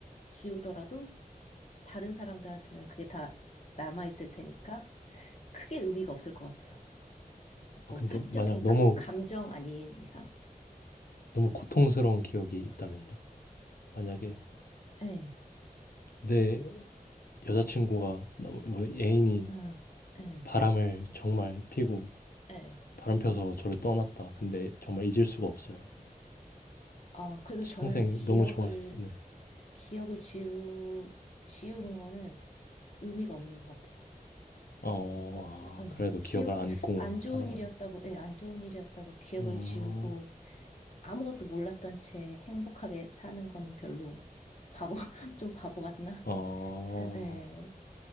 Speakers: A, on the left; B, on the left.
A: 지우더라도 다른 사람들한테는 그게 다 남아있을 테니까 크게 의미가 없을 것 같아요. 뭐
B: 어, 근데
A: 사적인
B: 만약 너무
A: 그런 감정 아닌 이상.
B: 너무 고통스러운 기억이 있다면요? 만약에
A: 예,
B: 내 여자친구가 너무- 뭐 애인이
A: 응, 예,
B: 바람을 정말 피고
A: 예.
B: 바람 펴서 저를 떠났다. 근데 정말 잊을 수가 없어요.
A: 아, 그래도 저는
B: 평생
A: 기억을,
B: 너무 좋아했어서. 네.
A: 기억을 지우, 지우는 거는 의미가 없는 것 같아요.
B: 어,
A: 기억, 예,
B: 아, 그래도
A: 기억을,
B: 기억을 안고
A: 안 좋은
B: 살아가는.
A: 일이었다고, 예, 안 좋은 일이었다고 기억을
B: 어,
A: 지우고 아무것도 몰랐던 채 행복하게 사는 거는 별로 바보, <laughs> 좀 바보 같나?
B: 어,
A: 그러니까, 예.